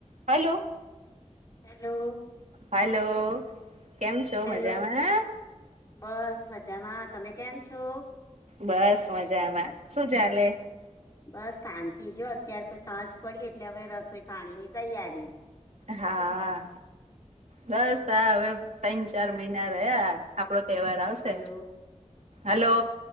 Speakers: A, on the right; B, on the left.
A: Hello.
B: Hello.
A: Hello કેમ છો
B: hello
A: મજામાં.
B: બસ મજામાં તમે કેમ છો.
A: બસ મજા એમાં શું ચાલે.
B: બસ શાંતિ જો અત્યારે તો સાજ પડી એટલે હવે રસોઈ પાણી ની તૈયારી.
A: હા બસ આા હવે ત્રણ ચાર મહિના રહ્યા. આપડો તહેવાર આવશે
B: હેલો
A: હલો.